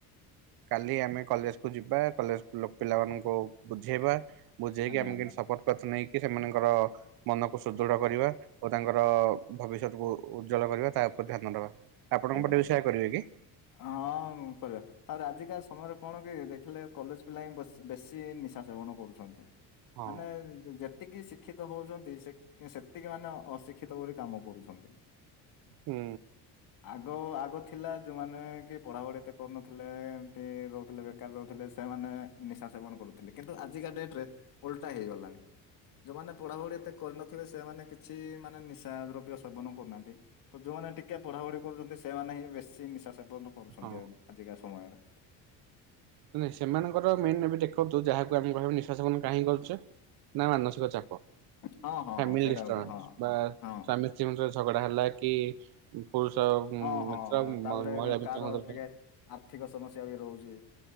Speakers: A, on the right; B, on the left.
A: କାଲି ଆମେ କଲେଜକୁ ଯିବା କଲେଜର ପିଲାମାନଙ୍କୁବୁଝେଇବା। ବୁଝେଇକି
B: ଆଜ୍ଞା
A: ଆମେ
B: ଆଜ୍ଞା
A: କେମିତି ଶପଥପତ ନେଇକି ସେମାନଙ୍କର ମନକୁ ସୁଦୃଢ କରିବା। ଓ ତାଙ୍କର ଭବିଷ୍ୟତକୁ ଉଜ୍ଜ୍ୱଳ କରିବା ତା ଉପରେ ଧ୍ୟାନ ଦେବା ଆପଣଙ୍କ
B: ଆଜ୍ଞା
A: ପାଟେ
B: ଆଜ୍ଞା
A: ସେଇଆ କରିବେ କି?
B: ହଁ କରିବା। ତାରେ ଆଜିକା ସମୟରେ କଣ କି ଦେଖିଲେ କଲେଜ ପିଲା ହିଁ ବଶି ବେଶୀ ନିଶା ସେବନ କରୁଛନ୍ତି।
A: ହଁ
B: ମାନେ ଯେ ଯେତିକି ଶିକ୍ଷିତ ହଉଛନ୍ତି ସେତିକି ମାନେ ଅଶିକ୍ଷିତ ବୋଲି କାମ କରୁଛନ୍ତି।
A: ହୁଁ।
B: ଆଗ ଆଗ ଥିଲା ଯୋଉମାନେ କି ପଢ଼ାପଢ଼ି ଏତେ କରୁନଥିଲେ ଏମତି ରହୁଥିଲେ। କାର ରହୁଥିଲେ ସେମାନେ ନିଶା ସେବନ କରୁଥିଲେ କିନ୍ତୁ ଆଜିକା ଡେଟରେ ଓଲଟା ହେଇଗଲାଣି। ଯୋଉମାନେ ପଢ଼ାପଢ଼ି ଏତେ କରିନଥିବେ ସେମାନେ କିଛି ମାନେ ନିଶା ଦ୍ରବ୍ୟ ସେବନ କରୁନାହାନ୍ତି। ତ ଯୋଉମାନେ ଟିକେ ପଢ଼ାପଢ଼ି କରୁଛନ୍ତି ସେମାନେ ହିଁ ବେଶୀ ନିଶା ସେବନ କରୁଛନ୍ତି
A: ହଁ।
B: ଆଜିକା ସମୟରେ
A: ନାହିଁ ସେମାନଙ୍କର ମେନେ ଏବେ ଦେଖନ୍ତୁ ଯାହାକୁ ଆମେ ଭାବି ନିସା ସେବନ କାହିକି କରୁଚେ। ନା ମାନସିକ ଚାପ
B: ହଁ ହଁ
A: ଫାମିଲି
B: ହଁ ସେଇଟା
A: ଡିଷ୍ଟବାସ
B: ଗୋଟେ ହଁ।
A: ବା
B: ହଁ
A: ସ୍ୱାମୀ ଯେଉଁ ଝର ଝଗଡା ହେଲା କି ପୁରୁଷ ମିତ୍ର
B: ହଁ ହଁ
A: ମହିଳା
B: ତାପରେ କାହାର
A: ମିତ୍ରଙ୍କ <unintelligible>
B: ଟିକେ ଆର୍ଥିକ ସମସ୍ୟା ବି ରହୁଚି।